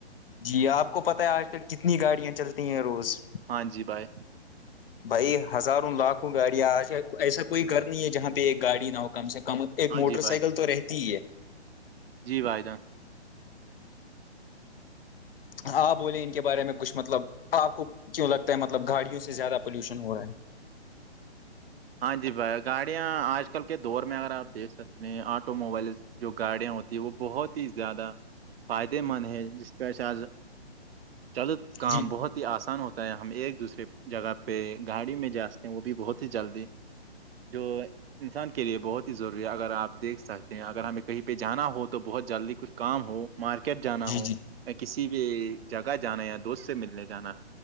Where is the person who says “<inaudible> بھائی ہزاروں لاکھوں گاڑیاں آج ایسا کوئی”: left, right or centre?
Left